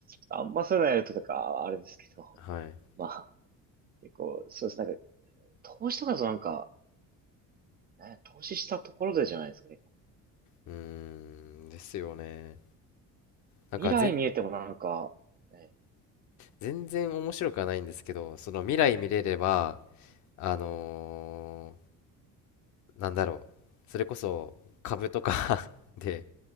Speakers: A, on the right; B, on the left.
A: あんまそういうのやるととか、あれですけど。
B: はい。
A: <laughs> まあ、結構、そうです。なんか、投資とかだとなんか、ね、投資したところでじゃないですか、結構。
B: うーん、ですよね。なんかぜん、
A: 未来見えてもなんか、え、
B: 全然面白くはないんですけど、その未来見れれば、
A: え、
B: あのなんだろう、それこそ株とか <laughs> で